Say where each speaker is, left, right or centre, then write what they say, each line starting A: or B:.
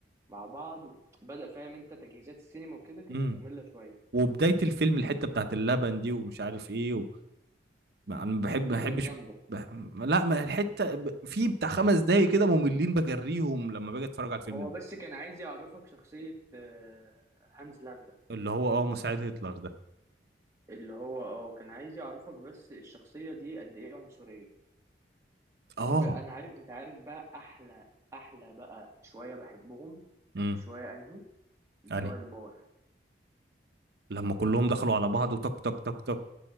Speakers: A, on the right; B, on the right.
A: مع بعض بدأ فاهم انت تجهيزات السينما وكده كانت
B: امم
A: مملة شوية
B: وبداية الفيلم الحتة بتاعت اللبن دي ومش عارف ايه و... ما انا ما بحب ما
A: دي
B: بحبش
A: كانت جامدة
B: بح... لا ما الحتة ب... في بتاع خمس دقايق كده مملين بجريهم لما باجي اتفرج على الفيلم
A: هو
B: ده
A: بس كان عايز يعرفك شخصية آه، هانز لاندا
B: اللي هو اه مساعد هتلر ده
A: اللي هو اه كان عايز يعرفك بس الشخصية دي قد ايه عنصرية
B: اه
A: طب انا عارف انت عارف بقى احلى احلى بقى شوية بحبهم
B: امم
A: شوية انهي بتوع
B: يعني
A: البار
B: لما كلهم دخلوا على بعض وتك تك تك تك